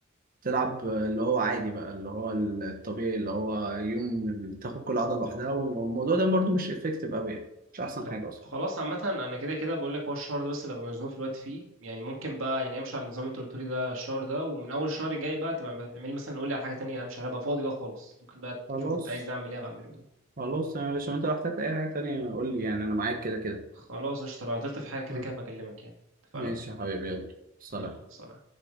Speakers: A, on the right; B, on the right.
A: تلعب اللي هو عادي بقى اللي هو الطبيعي اللي هو يوم اللي تاخد كل عضلة لوحدها والموضوع ده برضو مش افكتيف قوي يعني مش احسن
B: طب
A: حاجة اصلا
B: خلاص عامة أنا كده كده بقول لك هو الشهر ده بس اللي ببقى مزنوق في الوقت فيه يعني ممكن بقى يعني أمشي على النظام اللي أنت قلت لي ده الشهر ده ومن أول الشهر الجاي بقى تبقى تعمل مثلا قول لي على حاجة تانية أمشي عليها أبقى فاضي بقى خالص ممكن بقى
A: خلاص
B: تشوف أنت عايز أعمل إيه أبقى أعمله يعني
A: خلاص يا باشا انت لو احتجت اي حاجة تانية قول لي يعني انا معاك كده كده
B: خلاص قشطة لو عطلت في حاجة كده
A: مم.
B: كده بكلمك يعني اتفقنا
A: ماشي يا حبيبي يلا سلام
B: يلا سلام